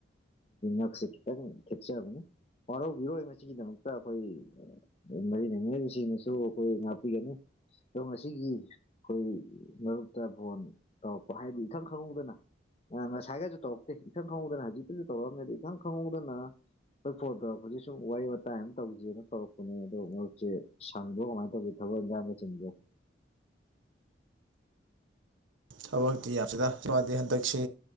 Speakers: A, on the left; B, on the right.
A: ꯑꯈꯤ ꯇ ꯊꯁ ꯍꯕꯅꯤ ꯋꯥꯔꯧꯕꯤꯔꯣꯏ ꯃꯁꯤꯒꯤꯗꯃꯛꯇ ꯑꯩꯈꯣꯏ ꯃꯔꯤ ꯂꯩꯅꯔꯤꯕꯁꯤꯡꯅꯁꯨ ꯑꯩꯈꯣꯏ ꯉꯥꯛꯄꯤꯒꯅꯤ ꯗꯣ ꯉꯁꯤꯒꯤ ꯈꯣꯏ ꯃꯔꯨꯞꯇ ꯕꯣꯟ ꯇꯧꯔꯛꯄ ꯍꯥꯏꯗꯤ ꯏꯈꯪ ꯈꯪꯍꯧꯗꯅ ꯉꯁꯥꯏꯒꯁꯨ ꯇꯧꯔꯛꯇꯦ ꯏꯈꯪ ꯈꯪꯍꯧꯗꯅ ꯍꯧꯖꯤꯛꯇꯁꯨ ꯇꯧꯔꯛꯑꯃꯦꯗ ꯏꯈꯪ ꯈꯪꯍꯧꯗꯅ ꯍꯣꯏ ꯐꯣꯟ ꯇꯧꯔꯛꯄꯁꯦ ꯁꯨꯝ ꯋꯥꯔꯤ ꯋꯥꯇꯥꯏ ꯑꯃ ꯇꯧꯖꯦꯅ ꯇꯧꯔꯛꯄꯅꯦ ꯑꯗꯣ ꯃꯔꯨꯞꯁꯦ ꯁꯪꯕ꯭ꯔꯣ ꯀꯃꯥꯏꯅ ꯇꯧꯒꯦ ꯊꯕꯛ ꯏꯟꯒꯥꯡꯒ ꯆꯤꯟꯕ꯭ꯔꯣ
B: ꯊꯕꯛꯇꯤ ꯌꯥꯁꯤꯗ ꯁ ꯋꯥꯗꯗꯤ ꯍꯟꯗꯛꯁꯤ